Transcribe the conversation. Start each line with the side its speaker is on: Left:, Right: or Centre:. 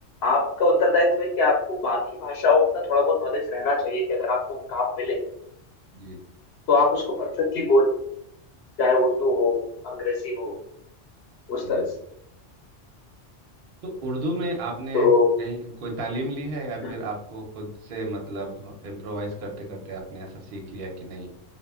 Left: आपका उत्तरदायित्व है कि आपको बाकी भाषाओं का थोड़ा बहुत नॉलेज रहना चाहिए कि अगर आपको वो काम मिले
Right: जी
Left: तो आप उसको परफेक्टली बोल लो चाहे उर्दू हो अंग्रेजी हो उस
Right: जी
Left: तरह से
Right: तो उर्दू में आपने
Left: तो
Right: कहीं की कोई तालीम ली है या फिर
Left: हम्म,
Right: आपको खुद से मतलब इम्प्रोवाइज करते करते आपने ऐसा सीख लिया कि नहीं